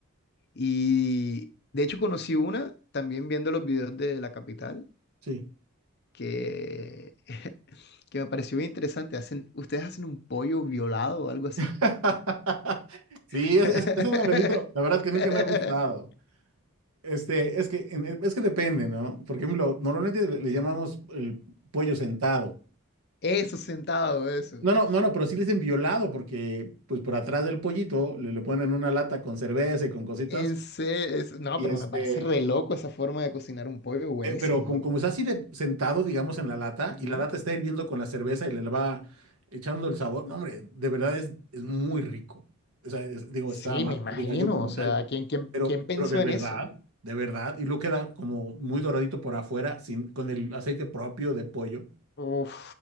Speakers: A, on the left (about 50°); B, on the right (about 80°).
A: Y de hecho conocí una también viendo los videos de la capital
B: sí.
A: que, <laughs> que me pareció bien interesante. Hacen, ustedes hacen un pollo violado o algo así.
B: <laughs> Sí,
A: <laughs>
B: es, es, es un amarillito. La verdad que nunca me ha gustado. Este, es que, en- es que depende, ¿no? Por ejemplo, normalmente le, le llamamos el pollo sentado.
A: Eso sentado, eso.
B: No, no, no, no, pero sí le dicen violado porque, pues, por atrás del pollito le, le ponen una lata con cerveza y con cositas
A: En se- es- No,
B: y
A: pero
B: este,
A: me parece re loco
B: y,
A: esa forma de cocinar un pollo, buenísimo,
B: Eh, pero como,
A: ¿no?
B: como está así de sentado, digamos, en la lata,
A: Ujú.
B: y la lata está hirviendo con la cerveza y le va echando el sabor, no, hombre, de verdad es, es muy rico. O sea, es- digo,
A: Sí,
B: está marca
A: me imagino,
B: de gallo como
A: o sea,
B: tal,
A: ¿quién, quién,
B: pero,
A: quién pensó
B: pero de verdad,
A: en eso?
B: de verdad, y luego queda como muy doradito por afuera, sin, con el aceite propio de pollo.
A: Uf,